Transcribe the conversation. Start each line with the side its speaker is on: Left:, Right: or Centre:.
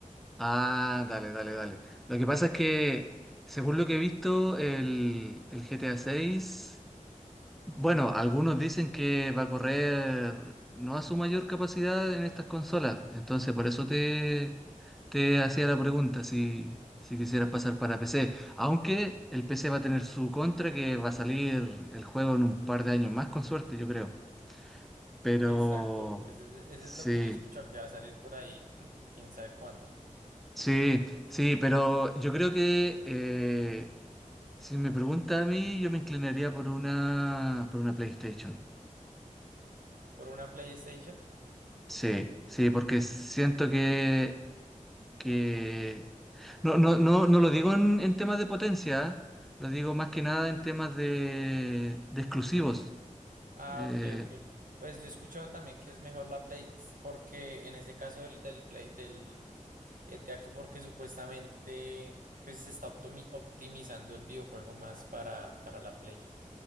Centre: Ah, dale, dale, dale. Lo que pasa es que, según lo que he visto, el, el GTA 6, bueno, algunos dicen que va a correr no a su mayor capacidad en estas consolas. Entonces, por eso te, te hacía la pregunta si, si quisieras pasar para PC. Aunque el PC va a tener su contra, que va a salir el juego en un par de años más, con suerte, yo creo. Pero,
Right: Exacto, ese, es ese
Centre: sí,
Right: es lo que yo he escuchado que va a salir por ahí, <laughs> quién sabe cuándo.
Centre: sí, sí, pero yo creo que... eh, Si me pregunta a mí, yo me inclinaría por una, por una PlayStation.
Right: ¿Por una PlayStation?
Centre: Sí, sí, porque siento que, que... No, no, no, no lo digo en, en temas de potencia, ¿eh? Lo digo más que nada en temas de, de exclusivos.
Right: Ah,
Centre: Eh,
Right: ok, ok. Pues yo he escuchado también que es mejor la Play, s- porque en ese caso del, del Play, del GTA, que porque supuestamente pues se está optimi- optimizando el videojuego más para, para la Play.